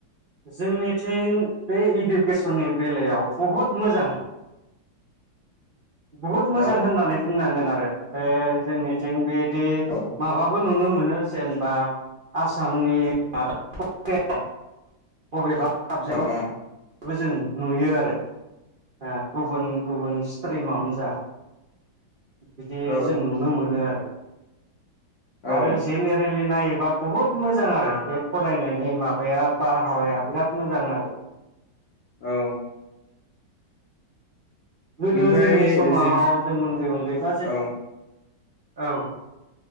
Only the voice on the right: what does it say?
जोंनिथिं बे इडुकेसननि बेलायाव बुहुद मोजां बहुद मोजां
होननानै बुंनांगोन आरो ओ जोंनिथिं बेदि
माबाबो नुनो मोनो जेनबा आसामनि माबेबा टप टेनाव बबेबा साबजेखआव
बेबो जों नुयो आरो ओ गुबुन गुबुन स्ट्रिमावनो जा बिदि
जों नुनो मोनो आरो
आरो जेनेरेल नायोबा बुहुद मोजां आरो बे फरायनायनि माबाया बारहावाया बिराद मोजां आरो
गोदो
जोंनि समाव
जों उन्दै उन्दैबा जे
औ